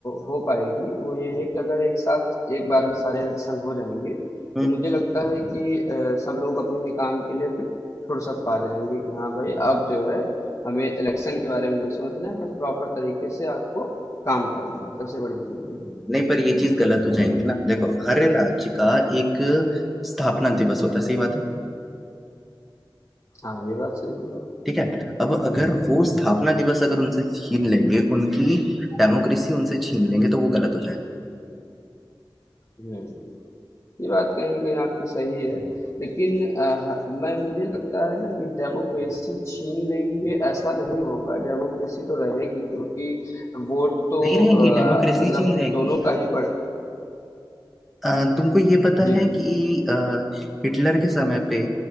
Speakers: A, on the left; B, in the centre.
A: हो पाएगी वो ये है कि अगर एक साथ एक बार में सारे इलेक्शन हो जाएंगे
B: हम्म,
A: तो मुझे लगता है कि अ, सब लोग अपने काम के लिए फिर फुर्सत पा जाएंगे कि हाँ भाई अब जो है हमें इलेक्शन के बारे में नहीं सोचना है बस प्रॉपर तरीके से आपको काम करना है सबसे बड़ी चीज ये रहेगी
B: नहीं पर ये चीज गलत हो जाएंगी ना देखो हर राज्य का एक स्थापना दिवस होता है सही बात है
A: हाँ ये बात सही है आपकी
B: ठीक है अब अगर वो स्थापना दिवस अगर उनसे छीन लेंगे उनकी डेमोक्रेसी उनसे छीन लेंगे तो वो गलत हो जाए
A: हम्म ये बात कहीं न कहीं आपकी सही है, लेकिन अ, ह मैं मुझे लगता है ना कि डेमोक्रेसी छीन लेंगे ऐसा नहीं होगा, डेमोक्रेसी तो रहेगी क्योंकि वोट तो
B: नहीं रहेंगी
A: अ,
B: डेमोक्रेसी
A: मतलब
B: ही नहीं रहेंगी
A: दोनों का ही पड़
B: अ, तुमको ये पता
A: जी,
B: है
A: जी।
B: कि अ, हिटलर के समय पे